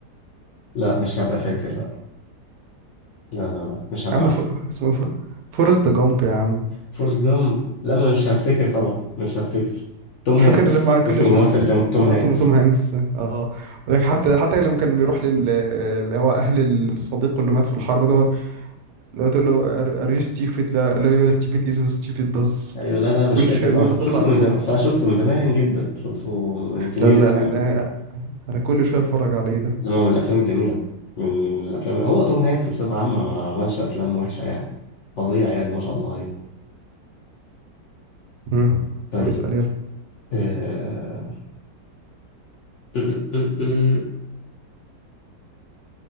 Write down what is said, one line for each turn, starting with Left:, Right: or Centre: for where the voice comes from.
Left: لا مش هبقى فاكر لا لا لا لا مش هبقى
Right: يا عم
Left: عارف
Right: ف... اسمه ف... فورست جامب يا عم
Left: فورست جامب لا ما أنا مش هفتكر طبعا مش هفتكر توم
Right: مش
Left: هانكس
Right: فاكر لما كل
Left: اسم الممثل
Right: ش...
Left: توم توم
Right: اه
Left: هانكس
Right: توم توم هانكس اه ولكن حتى حتى لما كان بيروح لل اللي هو اهل الصديق اللي مات في الحرب دوت اللي هو تقول له ار يو ستيبيد لا لا يو ستيبيد از ستيبيد داز
Left: أيوة لا لا مش
Right: كل
Left: فاكر
Right: شويه
Left: طبعا
Right: جمله تطلع
Left: شفته
Right: من
Left: من
Right: بقه
Left: زمان أصل أنا شفته من زمان جدا شفته من سنين
Right: لا لا
Left: السنين
Right: انا انا انا كل شويه اتفرج عليه ده
Left: لما من الأفلام الجميلة من من الأفلام هو توم هانكس بصفة عامة ما عملش أفلام وحشة يعني فظيع يعني ما شاء الله عليه
Right: مم.
Left: طيب
Right: طب اسال يلا
Left: آه آه، آه، آه،